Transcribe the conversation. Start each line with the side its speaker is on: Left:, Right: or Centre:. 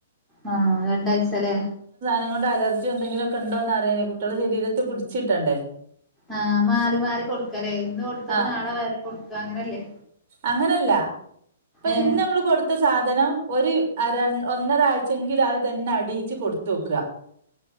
Centre: ആ രണ്ടാഴ്ച ലേ
Right: നം കൊണ്ട് അലർജി എന്തെങ്കിലു ഒക്കെ ഇണ്ടോന്ന റ്യാനെ കുട്ടിയേളെ ശരീരത്ത് പിടിച്ച് ട്ടണ്ടേ.
Centre: ആ മാറി മാറി കൊടുക്ക ലേ. ഇന്ന് കൊടുത്തത്
Right: ആഹ്
Centre: നാളെ വേറെ കൊടുക്കാ അങ്ങനല്ലേ.
Right: അങ്ങനല്ല. ഇപ്പൊ
Centre: ഏഹ്
Right: ഇന്ന് നമ്മള് കൊടുത്ത സാധനം ഒരു അര ഒന്നര ആഴ്ചെങ്കിലു അത് തന്നെ അടിയിച്ച് കൊടുത്തോക്കാ.